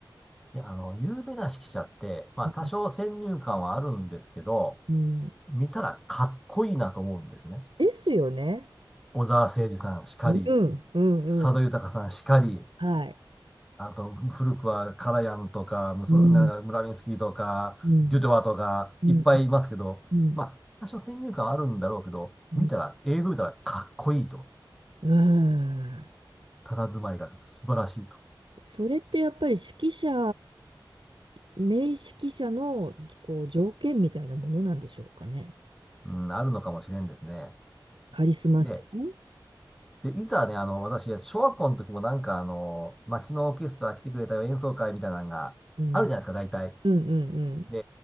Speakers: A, in the centre; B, on the right.
A: いや、あの、有名な指揮者って、まあ、
B: うん。
A: 多少先入観はあるんですけど、
B: うん
A: 見たらかっこいいなと思うんですね。
B: ですよね。
A: 小澤征爾さんしかり、
B: うん、うん、
A: 佐渡裕さんしかり、
B: うん。はい。
A: あと、古くはカラヤンとか、ムソ、
B: うん、
A: なんかムラミンスキーとか、
B: うん、
A: デュドワとか、
B: うん、
A: いっぱいいますけど、
B: うん、
A: まあ、多少先入観はあるんだろうけど、
B: うん。
A: 見たら、映像見たらかっこいいと。
B: うん
A: 佇まいが素晴らしいと。
B: それってやっぱり指揮者、名指揮者のこう条件みたいなものなんでしょうかね。
A: うん、あるのかもしれんですね。
B: カリスマ性。
A: で、
B: うん、
A: で、いざね、あの、私、小学校の時もなんか、あの、町のオーケストラ来てくれたよ演奏会みたいなのがあるじゃないですか、
B: うん、
A: 大体。
B: うん、
A: で、